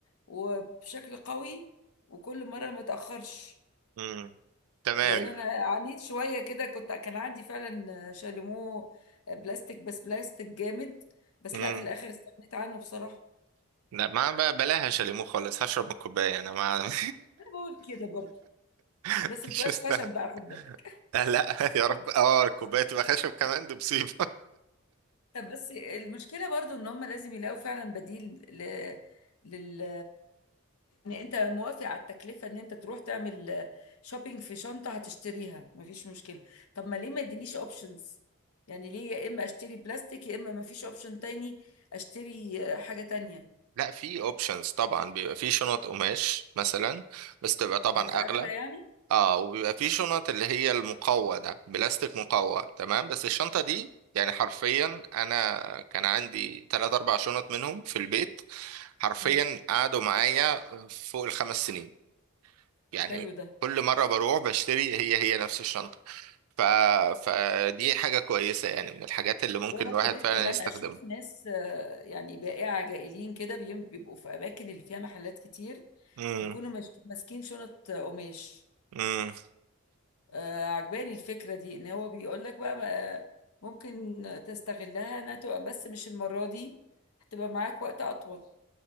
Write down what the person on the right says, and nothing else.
امم تمام
امم
لا ما بقى بلاهاش ليمو خالص هشرب من الكوباية انا ما
<laughs>
مش
مستاهل
لا لا يا رب اه الكوباية تبقى خشب كمان دي مصيبة
<laughs> لا في اوبشنز طبعا بيبقى في شنط قماش مثلا بس تبقى طبعا
اغلى
اه وبيبقى في شنط اللي هي المقوى ده بلاستيك مقوى تمام بس الشنطة دي يعني حرفيا انا كان عندي تلات اربع شنط منهم في البيت حرفيا
قعدوا معايا فوق الخمس سنين يعني
كل مرة بروح بشتري هي هي نفس الشنطة ف... فدي حاجة كويسة يعني من الحاجات اللي ممكن
الواحد
فعلا
يستخدمها
امم
امم